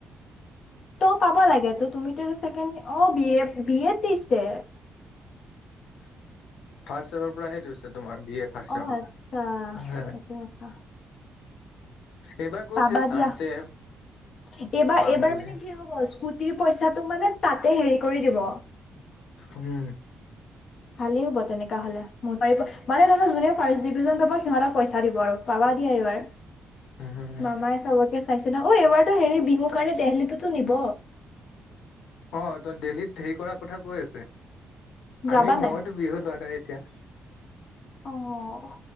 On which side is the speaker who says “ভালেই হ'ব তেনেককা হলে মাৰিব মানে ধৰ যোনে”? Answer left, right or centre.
Left